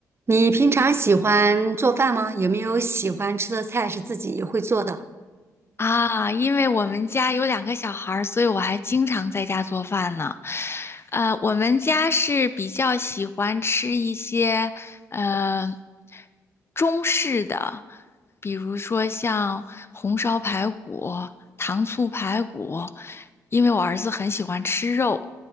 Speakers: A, on the right (about 30°); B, on the left (about 30°).
A: 你平常喜欢做饭吗？有没有喜欢吃的菜是自己会做的？
B: 啊，因为我们家有两个小孩儿，所以我还经常在家做饭呢。呃，我们家是比较喜欢吃一些呃中式的，比如说像红烧排骨、糖醋排骨，因为我儿子很喜欢吃肉。